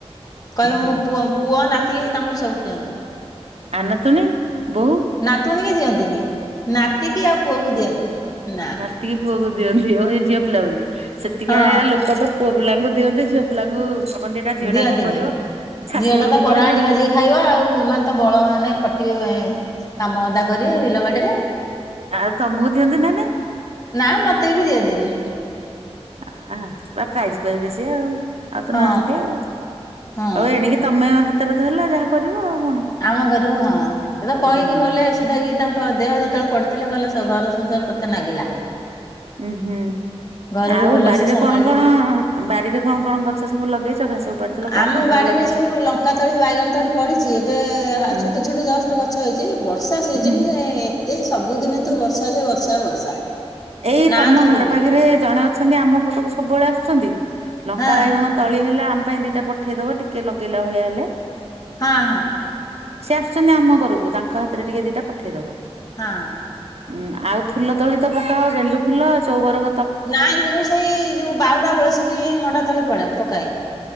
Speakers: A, on the left; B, on the right.
A: କହିବ
B: ହଁ
A: ମୋ ପୁଅ, ପୁଅ, ନାତି, ତାଙ୍କର ସବୁ ପିଅନ୍ତୁ।
B: ଆଉ ନାତୁଣୀ, ବୋହୂ?
A: ନାତୁଣୀ କି ଦିଅନ୍ତିନେଇ। ନାତି କିି ଆଉ ପୁଅକୁ ଦିଅନ୍ତି। ନା
B: ଟିକେ ପୁଅକୁ ଦିଅନ୍ତି। ଓହୋ, ଏ ଝିଅ ପିଲା ବୋଲି, ସେତିକାଳିଆ
A: ହଁ
B: ଲୋକ ତ ପୁଅ ପିଲାଙ୍କୁ ଦିଅନ୍ତି, ଝିଅ ପିଲାଙ୍କୁ ଭାବନ୍ତି, ଏଟା ଝିଅଟା
A: ଦିଅନ୍ତିନି।
B: କଣ କରିବ? ଶାଶୂଘରକୁ
A: ଝିଅଟା ତ ପରାହାଣ୍ଡି
B: ପଳେଇବ ନା।
A: ମାଜିକି ଖାଇବ ଆଉ, ଏମାନେ ତ ବଳ ମାନେ ଖଟିବେ କାମ ଧନ୍ଦା କରିବେ ବିଲ ବାଡିରେ
B: ଆଉ ତମକୁ ଦିଅନ୍ତି ନା ନାଇଁ?
A: ନା, ମତେ ବି ଦିଅନ୍ତିନି।
B: ଆହା, ପୁରା ପ୍ରାଇଜ ପାଇବେ ସିଏ ଆଉ। ଆଉ ତ
A: ହଁ
B: ନାହାଁନ୍ତି ଆଉ।
A: ହଁ
B: ଆଉ ଏଣିକି ତମେ ହାତରେ ଧରିଲ, ଯାହା କରିବ ଆଉ କଣ।
A: କାମ କରିବୁ ହଁ। ସେ ତ କହିକି
B: ହୁଁ
A: ଗଲେ ହେ ସୁ ସୁଦ୍ଧା କିି ତାଙ୍କ, ଦେହ ଯେତେବେଳେ ପଡିଥିଲେ କହିଲେ ଘର ସଂସାର ତତେ ନାଗିଲା।
B: ଉୁଁ ହୁଁ
A: ଘରକୁ
B: ଆଉ
A: ଭଲସେ
B: ବାଡିରେ
A: ସମ୍ଭାଳିବୁ
B: କଣ? କଣ ଆଉ ବାଡିରେ କଣ, କଣ ଗଛ ସବୁ ଲଗେଇଛ ଘାସ ଉପାଡିଥିଲ କଣ
A: ଆମ
B: କଣ
A: ବାଡିରେ
B: ଲାଗିଛି?
A: ସବୁ ଲଙ୍କା ତଳି, ବାଇଗଣ ତ, ଳି ପଡିଛି ଏବେ
B: ହୁଁ
A: ଛୋଟ ଛୋଟ ଜଷ୍ଟ ଗଛ ହେଇଛି। ବର୍ଷା ସିଜନରେ
B: ହୁଁ।
A: ଏତେ ସବୁଦିନେ ତ ବର୍ଷା ଯେ ବର୍ଷା, ବର୍ଷା।
B: ଏଇ
A: ନା
B: ତମ
A: ଧରୁନି
B: ଘର ପାଖରେ ଜଣେ ଅଛନ୍ତି, ଆମ ପଟକୁ ସବୁବେଳେ ଆସୁଛନ୍ତି ଲଙ୍କା,
A: ହଁ
B: ବାଇଗଣ ତଳି ହେଲେ ଆମ ପାଇଁ ଦିଟା ପଠେଇଦବ, ଟିକେ ଲଗେଇଲା ଭଳିଆ ହେଲେ।
A: ହଁ, ହଁ।
B: ସେ ଆସୁଛନ୍ତି ଆମ ଘରକୁ। ତାଙ୍କ ହାତରେ ଟିକେ ଦିଟା ପଠେଇ ଦବ।
A: ହଁ।
B: ଉୁଁ ଆଉ ଫୁଲ ତଳି ତ ପକାଅ। ଗେଣ୍ଡୁ ଫୁଲ, ଚଉବର
A: ନାଇଁ ମୁଁ ସେଇ ଯୋଉ ବାହୁଡା ବଳସିକି, ମଣ୍ଡା ତଳି ପଡେ ପକାଏ।